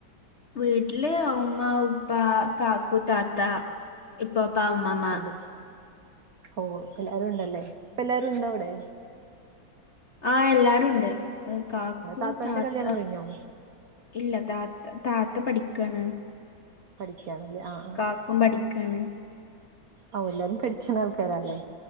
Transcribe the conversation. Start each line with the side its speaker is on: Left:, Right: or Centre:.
Left: വീട്ടില് ഉമ്മ ഉപ്പാ കാക്കു താത്ത ഇപ്പപ്പ ഉമാമ്മ
Right: ഉണ്ട് ഓ എല്ലാരും ഉണ്ടല്ലേ ഇപ്പ എല്ലാരും ഉണ്ടോ അവിടെ
Left: ആഹ് എല്ലാരുണ്ട് കാക്കു
Right: താത്താന്റെ
Left: താത്ത
Right: കല്യാണം കഴിഞ്ഞോ
Left: ഇല്ല താത്ത താത്ത പഠിക്കാണ്.
Right: പഠിക്കാണല്ലേ ആഹ്
Left: കാക്കും പഠിക്കാണ്
Right: ഓ എല്ലാരും പഠിക്കുന്ന ആൾക്കാരല്ലേ